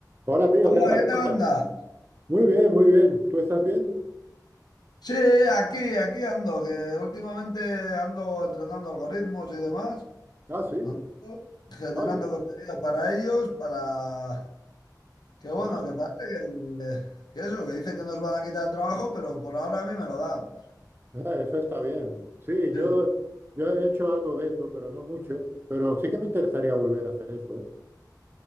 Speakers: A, on the right; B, on the left.
A: Hola tío,
B: Hola,
A: ¿qué tal?
B: ¿qué
A: ¿Cómo
B: tal
A: estás?
B: andas?
A: Muy bien, muy bien. ¿Tú estás bien?
B: Sí, aquí, aquí ando, que últimamente ando entrenando algoritmos y demás,
A: Ah, sí.
B: ¿no? generando
A: Vaya.
B: contenido para ellos, para... Que bueno,
A: Ah,
B: que parece que, que eso, que dicen que nos van a quitar el trabajo, pero por ahora a mí me lo dan.
A: eh, eso está bien. Sí, yo,
B: Sí,
A: yo he hecho algo de eso, pero no mucho. Pero sí que me interesaría volver a hacer eso, ¿eh?